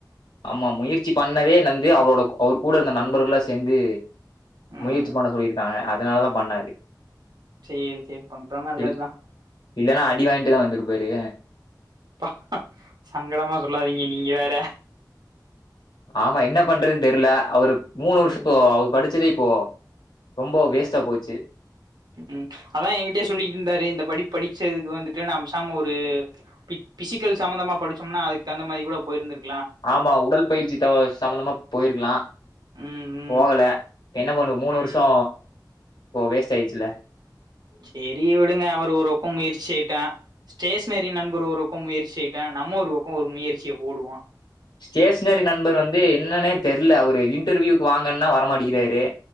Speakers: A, on the left; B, on the right.
A: ஆமா முயற்சி பண்ணதே நந்து அவரோட அவர் கூட இருந்த நண்பர்களா சேந்து
B: ம்
A: முயற்சி பண்ண சொல்லிருக்காங்க அதனாலதா பண்ணாரு
B: சேரி சேரி பண்றா நல்லத்தா
A: இல் இல்லன்னா அடி வாங்கிட்டுதா வந்திருப்பாரு
B: ப்ப சங்கடமா சொல்லாதீங்க நீங்க வேற
A: ஆமா என்ன பண்றதுன் தெர்ல அவரு மூணு வருஷத்த
B: ம்
A: அவ படிச்சதே இப்போ ரொம்ப வேஸ்ட்டா போச்சு
B: ம் அதா ஏங்கிட்டயே சொல்லிட்ருந்தாரு இந்த படி படிச்சதுக்கு வந்துட்டு நாம்பேசாம ஒரு பி பிசிக்கல் சம்மந்தமா படிச்சோம்னா அதுக்கு தகுந்த மாரி கூட போயிருந்துருக்
A: ஆமா உடல் பயிற்சி த சம்பந்தமா போயிர்க்கலா
B: ம் ம்
A: போகல என்ன பண்ணுவ மூணு
B: ம்
A: வர்ஷொ வேஸ்ட் ஆய்ட்ச்சில்ல
B: சரி விடுங்க அவர் ஒரு வக்கொ முயற்சி செய்யட்டு ஸ்டேஷனரி நண்பர் ஒருவக்கொ முயற்சி செய்யட்டு நம்ம ஒரு வக்கொ ஒரு முயற்சிய போடுவோ
A: ஸ்டேஷனரி நண்பர் வந்து என்னன்னே தெர்ல அவரு இன்டர்வியூக்கு வாங்கன்னா வரமாட்டேங்கிறாரு